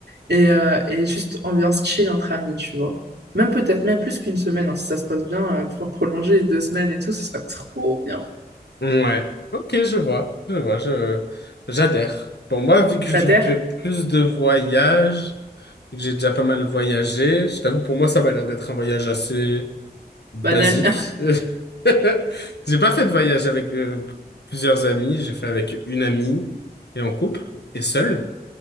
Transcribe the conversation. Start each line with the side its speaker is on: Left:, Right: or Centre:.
Right: et, euh, et juste ambiance chill entre amis, tu vois. Même peut-être même plus qu'une semaine, hein, si ça se passe bien, euh, pouvoir prolonger les deux semaines et tout, ce serait trop bien.
Left: Ouais. Ok, je vois, je vois, je, j'adhère. Bon, moi, vu que je
Right: La terre,
Left: fais plus de voyages, et que j'ai déjà pas mal voyagé, je t'avoue, pour moi, ça m'a l'air d'être un voyage assez basique.
Right: banal.
Left: <laughs> J'ai pas fait de voyage avec euh, plusieurs amis, j'ai fait avec une amie et en couple et seul.